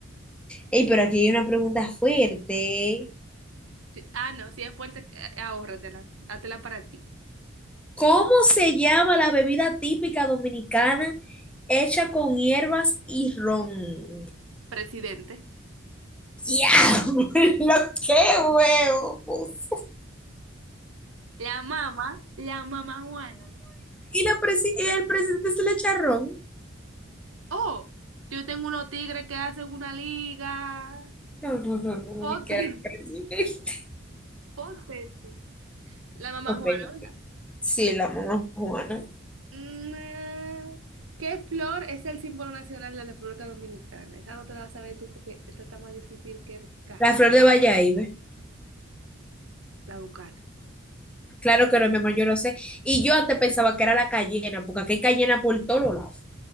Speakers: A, in the centre; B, on the right.
A: Ey, pero aquí hay una pregunta fuerte.
B: Sí, Ah, no, si es fuerte, eh, ahórratela, hátela para ti.
A: ¿Cómo se llama la bebida típica dominicana hecha con hierbas y ron?
B: Presidente.
A: Ya, <laughs> lo que huevo, pues.
B: La mamá, la mamá Juana.
A: ¿Y, la presi- y el presidente se le echa ron?
B: Oh, yo tengo unos tigres que hacen una liga
A: No, no, no, no, no,
B: potente,
A: ni que era presidente.
B: <laughs> potente. La mamá
A: Ok.
B: Juana, ¿verdad?
A: ok. Sí, la mamá Juana.
B: Mm, ¿Qué flor es el símbolo nacional de la República Dominicana? Esa no te la vas a ver tú porque esta está más difícil que el cara,
A: La flor de Bayahibe.
B: la buscaste.
A: Claro que no, mi amor, yo lo sé. Y yo antes pensaba que era la cayena, porque aquí hay cayena por todos lados.